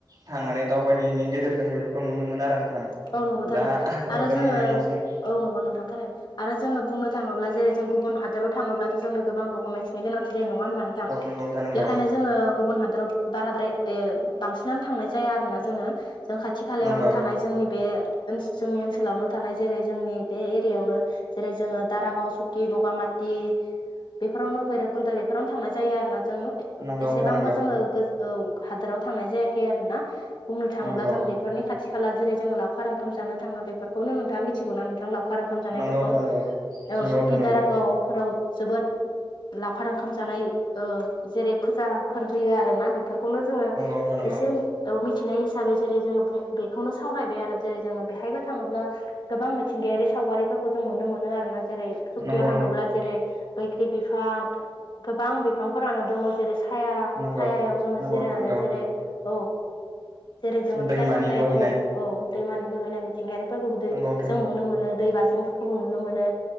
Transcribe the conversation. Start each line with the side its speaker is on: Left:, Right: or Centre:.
Right: थांनानै दावबायनायनि गेजेरजों बेफोरखौ नुनो मोनो आरो। थां
Left: औ नंगौ थारैनो
Right: दा
Left: आरो
Right: जामनिनि
Left: जोङो
Right: न'
Left: औ नंगौ नोंथांथारनो आरो जोङो बुंनो थाङोब्ला जेरै जों गुबुन हादोराव थाङोब्लाथ' जोंनो गोबां डकुमेन्टस नि गोनांथि जायो नङा होनबा नोंथां
Right: औ नंगौ नोंथां नंगौ
Left: बेनिखायनो जोङो गुबुन हादराव बाराद्राय बांसिनानो थांनाय जाया आरो ना जोङो जों खाथि खालायावनो
Right: नंगौ
Left: थानाय जोंनि बे जोंनि ओनसोलावनो थानाय जेरै जोंनि बे एरियायावनो जेरै जोङो दारागाव सकि बगामाथि बेफोरावनो भैरबखुन्द' बेफोरावनो थांनाय जायो आरोना जो
Right: नंगौ नोंथां
Left: एसेबांबो
Right: नंगौ
Left: जोङो हादोराव थांनाय जायाखै आरो ना बुंनो थाङोब्ला
Right: नंगौ
Left: जों बेफोरनि खाथि खाला जेरै जोंङो लावखार ओंखाम जानो थाङो बेफोरखौनो नोंथाङ मिथिगौ नोंथां लाव लावखार ओंखाम जानायफोरखौ
Right: नंगौ नोंथां नंगौ नंगौ
Left: सकिदारागावफोराव जोबोद लावखार ओंखाम जानाय जेरै फुजाफोर होयो आरोना बेफोर खौनो जोङो
Right: नोंथां नंगौ
Left: एसे मिथिनाय हिसाबै जेरै जोङो बेखौनो सावरायबाय आरो जेरै जोङो बेहायबो थाङोब्ला गोबां मिथिंगायारि सावगारिफोरखौ जों नुनो मोनो आरोना जेरै सुकियाव
Right: नंगौ नोंथां नंगौ
Left: थाङोब्ला जेरै बैग्रि बिफां गोबां बिफांफोरानो दङ जेरै साया
Right: नंगौ
Left: सायाव जोङो
Right: नंगौ
Left: जिरायनानै
Right: नोंथां नंगौ
Left: जेरै औ जेरै जोङो
Right: दैमानि
Left: फिथाइ सामथायाइ
Right: बोहैनाय
Left: औ औ दैमानि बोहैनाय मिथिंगायारि दै
Right: नंगौ नोंथां
Left: जों
Right: नंगौ
Left: नुनो मोनो दै बाज्रुमफोरखौबो नुनो मोनो